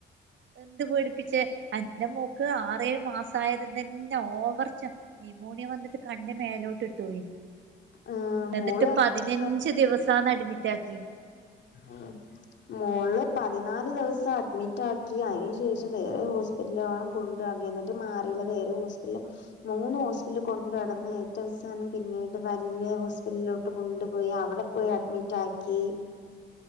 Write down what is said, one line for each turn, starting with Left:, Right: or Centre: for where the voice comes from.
Right: എന്ത് പേടിപ്പിച്ചേ അന്റെ മോക്ക് ആറേഴ് മാസ ആയത് തനെഓവർച്ച. ന്യൂമോണിയ വന്നിട്ട് കണ് മേലോട്ട് ഇട്ടുയിന്
Left: ആഹ് മോളും
Right: എന്നിട്ട്
Left: അതേകണക്ക്
Right: പതിനഞ്ച് ദിവസം. സാ അടി മിറ്റാക്കിനി.
Left: ഉ മോള് പതിനാല് ദിവസം അഡ്മിറ്റാക്കി അതിനന് ശേഷം വേറെഹോ.. എ ല്ലോണം കൊണ്ട് ന്നിട്ടും മാറിയില്ല വേറെ ഹോസ്പിറ്റല.. മൂന്ന് ഹോസ്പിറ്റൽ കൊണ്ട നടന്ന് ഏറ്റ അവസാനം പിന്നീട് വലിയ ഹോസ്പിറ്റലിലോട്ട് കൊണ്ടുപോയി അവിടെ.. പോയ്‌ അഡ്മിറ്റാക്കി.